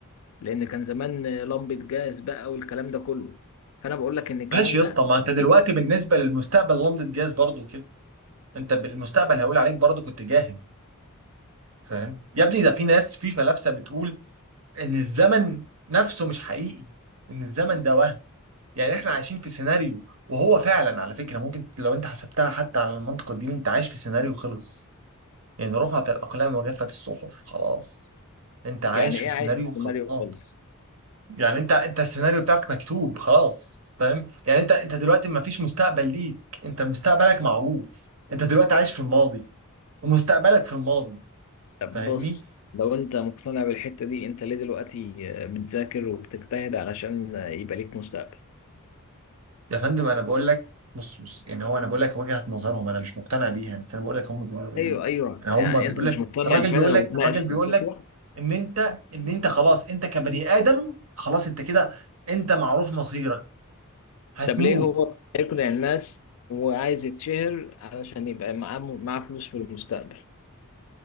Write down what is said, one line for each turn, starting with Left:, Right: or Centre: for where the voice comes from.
Left: لان كان زمان لمبه جاز بقى والكلام ده كله فانا بقول لك ان الكلام
Right: ماشي يا
Left: ده
Right: اسطى ما
Left: يعني
Right: انت دلوقتي بالنسبة للمستقبل لمضة جاز برضو كده انت بالمستقبل هيقول عليك برضو كنت جاهل فاهم يا ابني ده في ناس في فلاسفة بتقول ان الزمن نفسه مش حقيقي ان الزمن ده وهم يعني احنا عايشين في سيناريو وهو فعلا على فكرة ممكن لو انت حسبتها حتى على المنطق الديني انت عايش في سيناريو خلص إن رفعت الأقلام وجفت الصحف خلاص أنت عايش
Left: يعني ايه
Right: في سيناريو
Left: عايش في
Right: خلصان
Left: سيناريو خالص
Right: يعني أنت أنت السيناريو بتاعك مكتوب خلاص فاهم يعني أنت أنت دلوقتي ما فيش مستقبل ليك أنت مستقبلك معروف أنت دلوقتي عايش في الماضي ومستقبلك في الماضي
Left: طب
Right: فاهمني
Left: بص لو انت مقتنع بالحته دي انت ليه دلوقتي آه، بتذاكر وبتجتهد علشان آه، يبقى ليك مستقبل
Right: يا فندم أنا بقول لك بص بص يعني هو أنا بقول لك وجهة نظرهم أنا مش مقتنع بيها بس أنا بقول لك هم بيقولوا إيه
Left: ايوه ايوه
Right: أنا هم
Left: يعني
Right: بيقول
Left: انت مش
Right: لك
Left: مقتنع
Right: الراجل
Left: فعلا
Right: بيقول لك
Left: وبتناقش
Right: الراجل
Left: في
Right: بيقول
Left: الفكره
Right: لك إن أنت إن أنت خلاص أنت كبني آدم خلاص أنت كده أنت معروف مصيرك هتموت
Left: طب ليه هو يقنع الناس وعايز يتشهر علشان يبقى معاه معاه فلوس في المستقبل